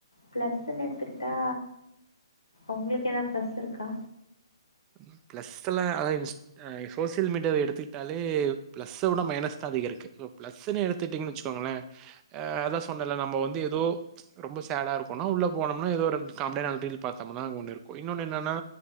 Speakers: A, on the left; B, on the right.
A: ப்ளஸ்ன்னு எடுத்துக்கிட்டா உங்களுக்கு எதாவது ப்ளஸ் இருக்கா
B: ம் பிளஸ்ல்லா அத அ சோசியல் மீடியாவ எடுத்துக்கிட்டாலே பிளஸ் கூட மைனஸ் தா அதிக இருக்கு சோ பிளஸ்ன்னு எடுத்துட்டீங்கன் வெச்சுக்கோங்களே அ அதா சொன்னல்ல நம்போ வந்து ஏதோ ரொம்ப சேடா இருக்கும்னா உள்ள போனோம்னா ஏதோ ஒரு காமெடியா நால் ரீல் பாத்தோம்னா அங்க ஒண்ணு இருக்கூ இன்னொன்னு என்னன்னா